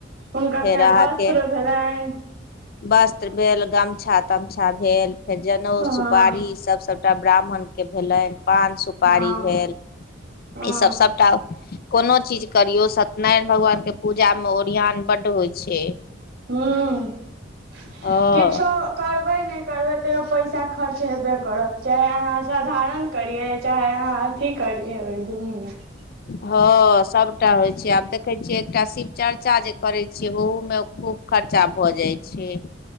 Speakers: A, on the right (about 60°); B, on the left (about 50°).
A: हुनका
B: फेर अहाँके
A: वस्त्र भेलनि
B: वस्त्र भेल गमछा- तमछा भेल फेर जनउ
A: हँ
B: सुपारी ई सब सबटा ब्राह्मण के भेलनि पान सुप सुपारी
A: हँ
B: भेल
A: हँ
B: ई सब सभटा कोनो चीज करियौ सत्यनारायण भगवान के पूजा मे ओरिआन बड होइ छैय
A: हूं
B: हँ
A: किछो करबै नय करबै तैयो पैसा खर्च हेबे करत चाहे अहाँ साधारण करियै चाहे अहाँ अथी करिय ओय <unintelligible>
B: हँ सभटा होइत छैय आब देखैत छियै एकटा शिवचर्चा जे करैत छियै ओहूमे खूब खर्चा भऽ जाइ छैय